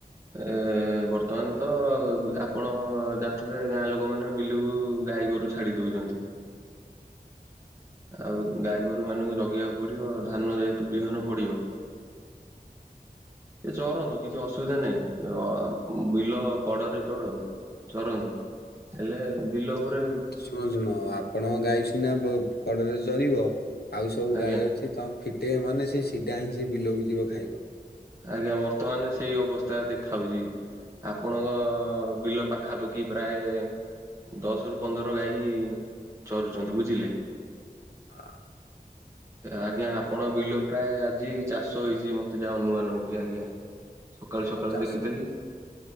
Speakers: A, on the right; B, on the left.
A: ଏ ବର୍ତ୍ତମାନ୍ ତ ଆପଣ ଜାଣିଥିବେ ଗାଁ ଲୋକମାନେ ବିଲକୁ ଗାଈ ଗୋରୁ ଛାଡ଼ି ଦଉଚନ୍ତି। ଆଉ ଗାଈ ଗୋରୁ ମାନଙ୍କୁ ଜଗିବାକୁ ପଡିବ, ଧାନ ଯେହେତୁ ବିହନ ପଡିବ <inaudible> ସେ ଚରନ୍ତୁ କିଛି ଅସୁବିଧା ନାହିଁ, ଅ ବିଲ କଡରେ ଚରନ୍ତୁ। ଚରନ୍ତୁ, ହେଲେ ବିଲ ଉପରେ
B: ଶୁଣ-ଶୁଣ ଆପଣଙ୍କ ଗାଈ ସିନା କଡରେ ଚରିବ ଆଉ ସବୁ
A: ଆଜ୍ଞା
B: ଗାଈ ଅଛି ତମ ଫିଟେଇବେ ମାନେ ସେ ସିଧା ହିଁ ସେ ବିଲକୁ ଯିବ ଖାଇବ଼।
A: ଆଜ୍ଞା ବର୍ତ୍ତମାନେ ସେଇ ଅବସ୍ଥା ଦେ ଖାଉଚି ଆପଣଙ୍କ ବିଲ ପାଖାପାଖି ପ୍ରାୟ ଦଶ୍ ରୁ ପନ୍ଦର ଗାଈ ଚରୁଚନ୍ତି ବୁଝିଲେ।
B: ଆ
A: ଆଜ୍ଞା ଆପଣଙ୍କ ବିଲ ପ୍ରାୟ ଆଜି ଚାଷ ହୋଇଚି ମତେ ଯାହା ଅନୁମାନ୍। <unintelligible> ଆଜ୍ଞା। ସକାଳୁ ସକାଳୁ
B: ଆଉ ଚାଷ
A: ଦେଖିଥିଲି